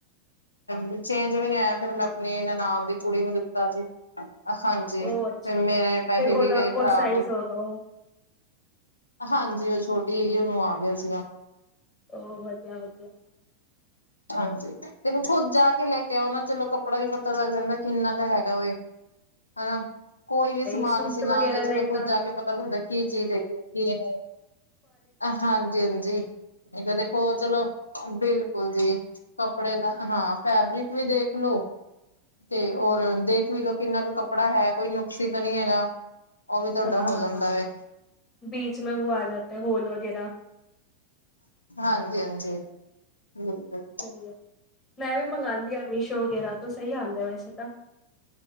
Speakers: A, on the left (about 80°); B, on the left (about 25°).
A: ਜੀ ਚੇਂਜ ਵੀ ਨੀ ਆਇਆ ਫਿਰ ਮੈਂ ਆਪਣੀ ਨਨਾਨ ਦੀ ਕੁੜੀ ਨੂੰ ਦਿੱਤਾ ਜੀ ਹਾਂਜੀ,
B: ਉਹ ਅੱਛਾ
A: ਮੇਰੇ ਪੈਸੇ
B: ਫਿਰ ਉਹਦਾ
A: ਵੀ ਗਏ ਖ਼ਰਾਬ
B: <unintelligible>
A: ਹਾਂਜੀ ਉਹ ਛੋਟੀ ਸੀਗੀ ਉਹਨੂੰ ਆ ਗਿਆ ਸੀਗਾ।
B: ਉਹ ਵਧੀਆ ਵਧੀਆ,
A: ਹਾਂਜੀ, ਦੇਖੋ ਖੁੱਦ ਜਾ ਕੇ ਲੈ ਕੇ ਆਓ ਨਾ ਚਲੋ ਕੱਪੜਾ ਵੀ ਪਤਾ ਲੱਗ ਜਾਂਦਾ ਕਿੰਨਾ ਕੁ ਹੈਗਾ ਐ, ਹਨਾ ਕੋਈ ਵੀ ਸਮਾਲ
B: ਸੂਟ
A: ਅਸੀਂ ਲਾਗੇ
B: ਵਗੈਰਾ
A: ਚਲੋ।
B: ਲਈ
A: ਖੁਦ
B: ਤਾਂ
A: ਜਾ ਕੇ ਪਤਾ ਲੱਗਦਾ, ਕੀ ਚੀਜ਼ ਹੈਗੀ ਐ ਕੀ ਨਹੀਂ। ਹਾਂਜੀ-ਹਾਂਜੀ, ਇਹ ਤਾਂ ਦੇਖੋ ਚਲੋ ਬਿਲਕੁਲ ਜੀ, ਕੱਪੜੇ ਦਾ ਹਾਂ ਫੈਬਰਿਕ ਵੀ ਦੇਖਲੋ। ਤੇ ਹੋਰ ਦੇਖ ਵੀ ਲਓ ਕਿੰਨਾ ਕੁ ਕੱਪੜਾ ਹੈ, ਕੋਈ ਨੁਕਸੀ ਤਾਂ ਨਹੀਂ ਹੈਗਾ। ਉਹ ਵੀ ਤੁਹਾਡਾ
B: ਹਾਂ-ਹਾਂ,
A: ਹੋ ਜਾਂਦਾ ਵੇ
B: ਬੀਚ ਮੇ ਵੋ ਆ ਜਾਤੇ ਹੋਲ ਵਗੈਰਾ
A: ਹਾਂਜੀ-ਹਾਂਜੀ, ਬਿਲਕੁਲ।
B: ਸਹੀ ਐ, ਮੈਂ ਵੀ ਮੰਗਾਂਦੀ ਆਂ ਮੀਸ਼ੋ ਵਗੈਰਾ ਤੋਂ, ਸਹੀ ਆਂਦਾ ਵੈਸੇ ਤਾਂ।